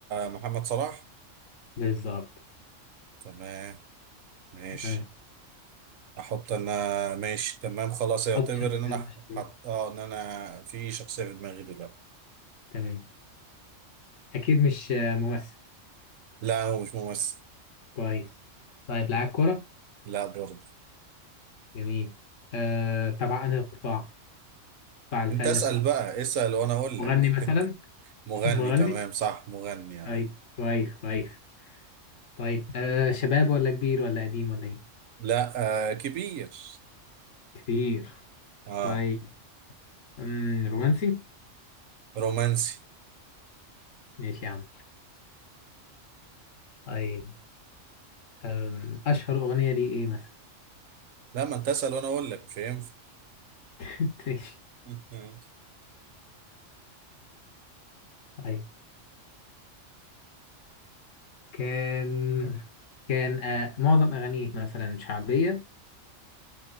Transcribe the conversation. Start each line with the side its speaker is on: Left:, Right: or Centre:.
Right: محمد صلاح
Left: بالظبط
Right: تمام ماشي
Left: آه.
Right: احط انا ماشي تمام خلاص يعتبر
Left: حط شخصية
Right: ان انا
Left: مشهورة
Right: حط اه ان انا في شخصية في دماغي دلوقتي
Left: تمام أكيد مش آه، ممثل
Right: لا هو مش ممثل
Left: كويس طيب لاعب كرة
Right: لا برضه
Left: جميل آه تبع أنهي قطاع؟ قطاع الفن
Right: انت اسأل
Left: قطاع
Right: بقى اسأل وانا اقول
Left: مغني
Right: لك
Left: مثلا
Right: <laughs> مغني
Left: <laughs> مغني
Right: تمام صح مغني اه
Left: طيب كويس كويس طيب آه شباب ولا كبير ولا قديم ولا إيه؟
Right: لا آه كبير
Left: كبير
Right: اه
Left: طيب أمم، رومانسي
Right: رومانسي
Left: ماشي يا عم طيب أم، أشهر أغنية ليه إيه مثلا؟
Right: لا ما انت اسأل وانا اقول لك مش هينفع
Left: <laughs> ماشي
Right: <laughs>
Left: طيب كان كان آه معظم أغانيه مثلا شعبية